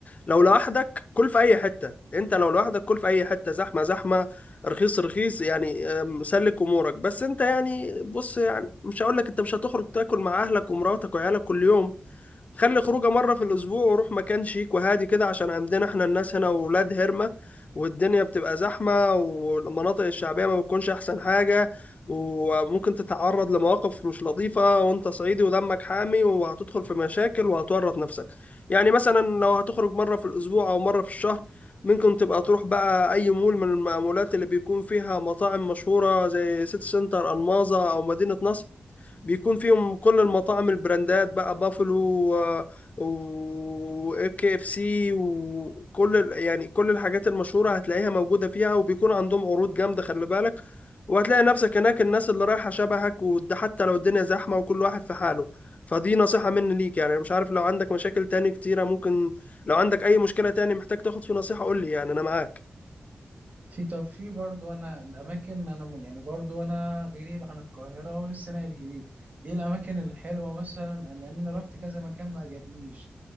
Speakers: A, on the left; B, on the right.
A: لو لوحدك كل في اي حته انت لو لوحدك كل في اي حته زحمه زحمه رخيص رخيص يعني آم، سلك امورك بس انت يعني بص يعني مش هقول لك انت مش هتخرج تاكل مع اهلك ومراتك وعيالك كل يوم خلي خروجه مرة في الأسبوع وروح مكان شيك وهادي كده عشان عندنا احنا الناس هنا ولاد هرمة والدنيا بتبقى زحمة والمناطق الشعبية ما بتكونش أحسن حاجة وممكن تتعرض لمواقف مش لطيفة وأنت صعيدي ودمك حامي وهتدخل في مشاكل وهتورط نفسك يعني مثلا لو هتخرج مرة في الأسبوع أو مرة في الشهر ممكن تبقى تروح بقى أي مول من المولات اللي بيكون فيها مطاعم مشهورة زي سيتي سنتر ألماظة أو مدينة نصر بيكون فيهم كل المطاعم البراندات بقى بافلو وكي اف سي وكل ال- يعني كل الحاجات المشهورة هتلاقيها موجودة فيها وبيكون عندهم عروض جامدة خلي بالك وهتلاقي نفسك هناك الناس اللي رايحة شبهك وده حتى لو الدنيا زحمة وكل واحد في حاله فدي نصيحة مني ليك يعني أنا مش عارف لو عندك مشاكل تاني كتيرة ممكن لو عندك أي مشكلة تاني محتاج تاخد في نصيحة قول لي يعني أنا معاك
B: في طب في برضه أنا الأماكن أنا م- يعني برضه أنا غريب عن القاهرة ولسه ناقل جديد إيه الأماكن الحلوة مثلا لأن أنا رحت كذا مكان ما عجبنيش